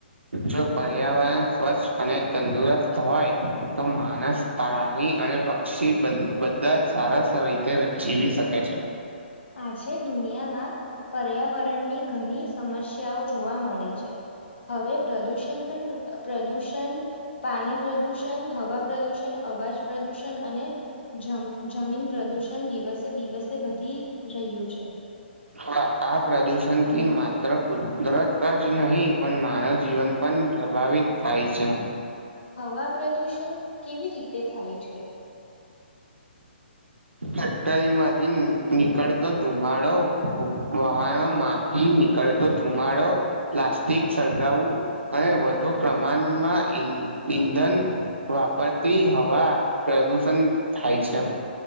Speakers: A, on the right; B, on the left.
A: જો પર્યાવરણ સ્વચ્છ, અને તંદુરસ્ત હોય તો માણસ તાવ અને પક્ષી બધા સારા રીતે જીવી શકે છે.
B: આજે દુનિયામા પર્યાવરણની ઘણી સમસ્યા જોવા મળે છે. હવે, પ્રદુષણ પણ પ્રદુષણ પાણી પ્રદુષણ હવા પ્રદુષણ અવાજ પ્રદુષણ, અને જમ જમીન પ્રદૂષણ દિવસે દિવસે વધી રહ્યું છે.
A: હા, આ પ્રદુષણ થી માત્ર કુદરત જ નહીં, પણ માનવ જીવન પણ પ્રભાવિત થાય છે.
B: હવા પ્રદૂષણ કેવી રીતે થાય છે.
A: ફેક્ટરીમાંછ, નીકળતો ધુમાડો વાહનો, માંથી નીકળતો ધુમાડો પ્લાસ્ટિક સળગાવવું અને વધુ પ્રમાણમાં ઈંધન વાપરતી હવા, પ્રદુષણ થાય છે.